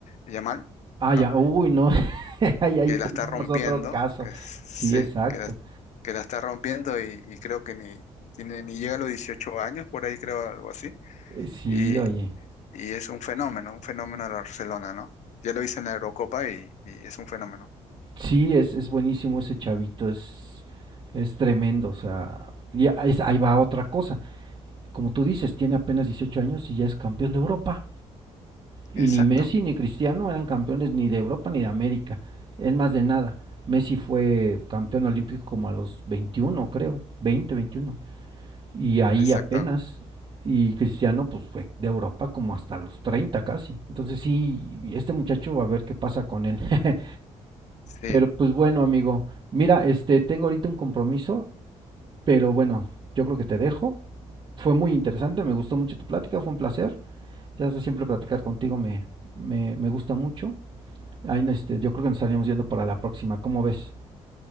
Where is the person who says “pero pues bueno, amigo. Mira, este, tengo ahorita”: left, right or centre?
Right